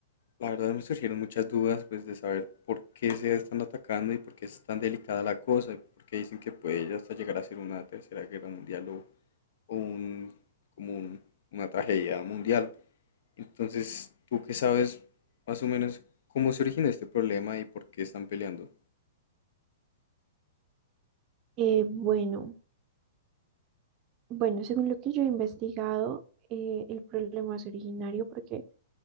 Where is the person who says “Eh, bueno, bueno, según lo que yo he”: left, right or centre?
Right